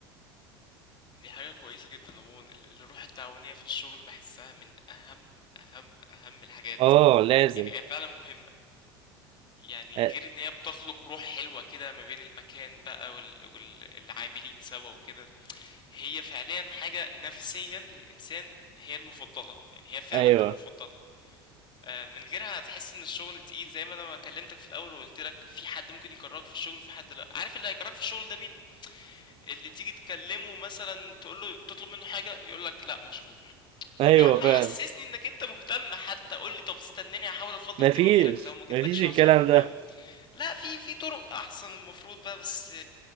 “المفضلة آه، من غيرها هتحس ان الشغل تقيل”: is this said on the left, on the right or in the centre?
Left